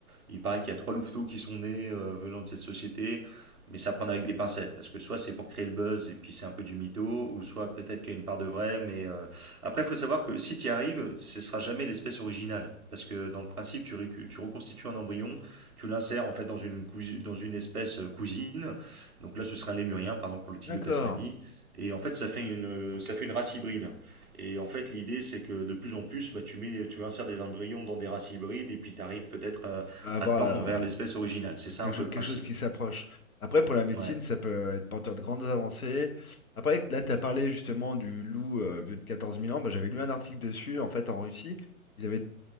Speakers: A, in the centre; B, on the left.
A: Il paraît qu'il y a trois louveteaux qui sont nés euh, venant de cette société, mais ça prend avec des pincettes, parce que soit c'est pour créer le buzz et puis c'est un peu du mytho, ou soit peut-être qu'il y a une part de vrai, mais euh, après il faut savoir que si tu y arrives, ce ne sera jamais l'espèce originale, parce que dans le principe tu, recu- tu reconstitues un embryon, tu l'insères en fait dans une, cousi- dans une espèce euh, cousine, donc là ce sera un lémurien par exemple pour le tigre
B: D'accord.
A: de Tasmanie, et en fait ça fait une, euh, ça fait une race hybride. Et en fait, l'idée, c'est que de plus en plus, bah, tu mets, tu insères des embryons dans des races hybrides, et puis tu arrives peut-être à,
B: On va Avoir
A: à tendre
B: la,
A: vers l'espèce originale. C'est ça
B: quelque,
A: un
B: cho-
A: peu le
B: quelque
A: principe.
B: chose qui s'approche. Après, pour la médecine,
A: Ouais.
B: ça peut être porteur de grandes avancées. Après, là, tu as parlé justement du loup euh, vieux de quatorze mille ans. Bah, j'avais lu un article dessus. En fait, en Russie, ils avaient